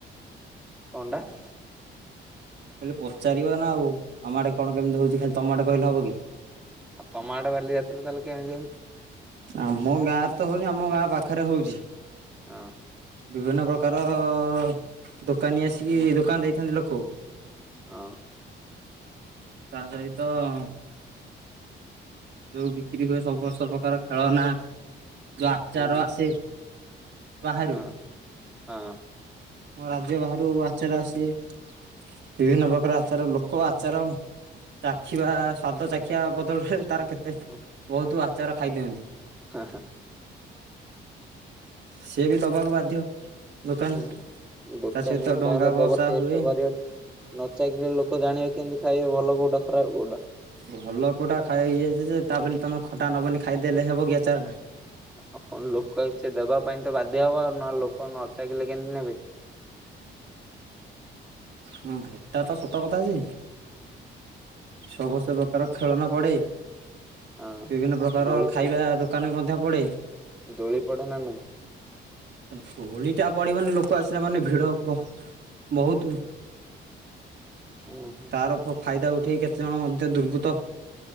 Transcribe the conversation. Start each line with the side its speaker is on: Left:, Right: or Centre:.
Centre: କଣ ଟା?
Right: କହିଲି ପଚାରିବ ନା ଆଉ। ଆମ ଆଡେ କଣ କେମିତି ହଉଛି ଖାଲି ତମ ଆଡେ କହିଲେ ହବ କି।
Centre: ଆଉ ତମ ଆଡେ ବାଲିଯାତ୍ରା ତାହେଲେ କେମିତି ହଉଛି?
Right: ଆମ ଗାଁରେ ତ ହଉନି ଆମ ଗାଁ ପାଖରେ ହଉଛି।
Centre: ହଁ
Right: ବିଭିନ୍ନ ପ୍ରକାର ଅ ଦୋକାନୀ ଆସିକି ଦୋକାନ ଦେଇଥାନ୍ତି ଲୋକ।
Centre: ହଁ।
Right: ତା ସହିତ ଯୋଉ ବିକ୍ରି ହୁଏ ସ ବୁ <unintelligible> ପ୍ରକାର ଖେଳନା। ଯୋଉ ଆଚାର
Centre: ହୁଁ
Right: ଆସେ। ବାହାରୁ
Centre: ହଁ ହଁ।
Right: ଆମ ରାଜ୍ୟ ବାହାରୁ ଆଚାର ଆସେ, ବିଭିନ୍ନ ପ୍ରକାର ଆଚାର ଲୋକ ଆଚାର ଚାଖିବା ସ୍ଵାଦ ଚାଖିବା ବଦଳରେ ତାର କେତେ
Centre: ହଁ
Right: ବହୁତୁ ଆଚାର ଖାଇ ଦିଅନ୍ତି।
Centre: ହଁ
Right: ସେ ବି ଦବାକୁ ବାଧ୍ୟ। ଦୋକାନ
Centre: ହୁଁ ଦୋକାନୀ
Right: ତା ସହିତ ଡଙ୍ଗା
Centre: ଯାହାଲେ
Right: ଭସା
Centre: ଦବ ଟେଷ୍ଟ
Right: ହୁଏ
Centre: କରିବ, ନ ଚାଖିଲେ ଲୋକ ଜାଣିବେ କେମତି ଖାଇବେ ଭଲ କୋଉଟା ଖରାପ କୋଉଟା।
Right: ଭଲ କୋଉଟା ଖାଇ <unintelligible> ଯେ ତା ବୋଲି ତମେ ଖଟା ନବନି ଖାଇଦେଲେ ହେବ କି ଆଚାରଟା।
Centre: ଆପଣ ଲୋକ ହେଇଛେ ଦେବା ପାଇଁ ତ ବାଧ୍ୟ ହବ ଆଉ, ନହେଲେ ଲୋକ ନଚାଖିଲେ କେମତି ନେବେ?
Right: ହଁ ହେଟା ତ ସତ କଥା ଯେ, ଛଅ ବର୍ଷ ବେପାର ଖେଳନା ପଡେ,
Centre: ହଁ
Right: ବିଭିନ୍ନ ପ୍ରକାର
Centre: ଦୋଳି
Right: ଖାଇବା
Centre: ଫୋଳି
Right: ଦୋକାନ ବି ମଧ୍ୟ ପଡେ।
Centre: ଦୋଳି ପଡେ ନା ନାଇଁ
Right: ଦୋଳିଟା ପଡ଼ିବନି ଲୋକ ଆସିଲା ମାନେ ଭିଡ଼ ହବ ବହୁତୁ।
Centre: ଓ ହୋ।
Right: ତାର ଫ ଫାଇଦା ଉଠେଇ କେତେଜଣ ମଧ୍ୟ ଦୁର୍ବୃତ୍ତ